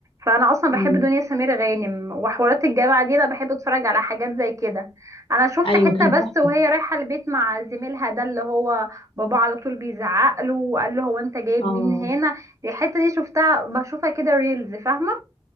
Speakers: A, on the right; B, on the left.
A: فانا اصلا بحب
B: امم
A: دنيا سمير غانم وحوارات الجامعه دي انا بحب اتفرج على حاجات زي كده انا شفت
B: ايوه
A: حته
B: كان
A: بس
B: تحفه
A: وهي رايحه البيت مع زميلها ده اللي هو بابا على طول بيزعق له وقال له هو انت جايب
B: اه
A: مين هنا دي الحته دي شفتها بشوفها كده ريلز فاهمه